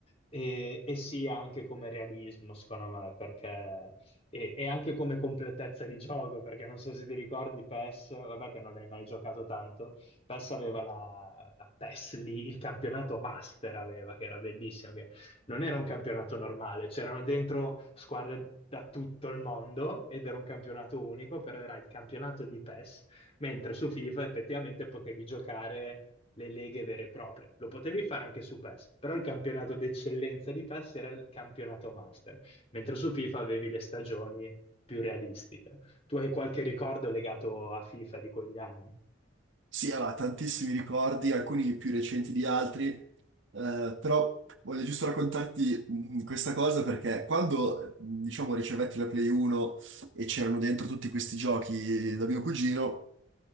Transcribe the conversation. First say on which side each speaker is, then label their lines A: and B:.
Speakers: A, on the left (about 30°); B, on the right (about 70°).
A: e, e sia anche come realismo, secondo me, perché, e, e anche come completezza di gioco, perché non so se ti ricordi PES, vabbè che non l'hai mai giocato tanto, PES aveva la, la PES lì, il campionato Master aveva, che era bellissimo, che non era un campionato normale, c'erano dentro squadre da tutto il mondo ed era un campionato unico, però era il campionato di PES, mentre su FIFA effettivamente potevi giocare le leghe vere e proprie. Lo potevi fare anche su PES, però il campionato d'eccellenza di PES era il campionato master, mentre su FIFA avevi le stagioni più realistiche. Tu hai qualche ricordo legato a FIFA di quegli anni?
B: Sì, aveva tantissimi ricordi, alcuni più recenti di altri, eh, però voglio giusto raccontarti mh, questa cosa perché quando, eh, diciamo, ricevetti la Play 1 e c'erano dentro tutti questi giochi da mio cugino,